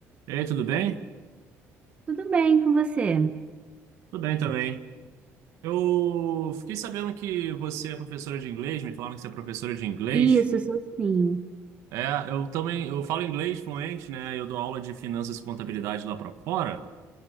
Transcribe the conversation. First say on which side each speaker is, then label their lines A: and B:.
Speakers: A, on the right; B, on the right.
A: E aí, tudo bem?
B: Tudo bem com você?
A: Tudo bem também. Eu fiquei sabendo que você é professora de inglês, me falaram que você é professora de inglês.
B: Isso, eu sou sim.
A: É, eu também, eu falo inglês fluente, né? Eu dou aula de finanças e contabilidade lá para fora.